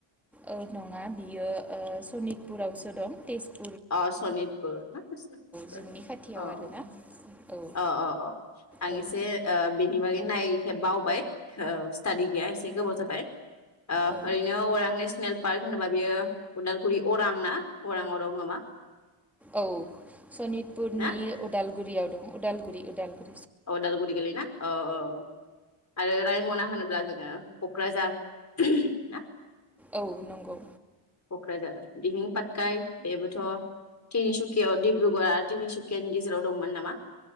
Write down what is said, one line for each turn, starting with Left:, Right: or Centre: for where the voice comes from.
Centre: औ नङा बियो सनितपुरावसो दं तेजपुर।
Left: अ सनितपुर ना अ
Centre: जोंनि खाथियाव
Left: अ
Centre: आरोना औ
Left: अ अ आं
Centre: औ
Left: एसे बिनि बागै नाय। हो बावबाय। औ स्टाडि गैया एसे गोबाव जाबाय। ओ
Centre: औ
Left: फ्रायनो अरां नेसनेल पार्क होनोबा बियो उदालगुरि अरां ना अरांआव दङ नामा।
Centre: औ सनितपुरनि
Left: ना
Centre: अदालगुरियाव दं अदालगुरि <inaudible>
Left: अदालगुरि गोलै ना औ औ आरो रायमना होनोब्ला। जोङो क'क्राझार ना?
Centre: औ नंगौ।
Left: कक्राझार दिहिं पाटकाय बेबोथ तिनिसुकियाव डिब्रुगड़ा तिनिसुकियानि गेजेराव दंमोन नामा।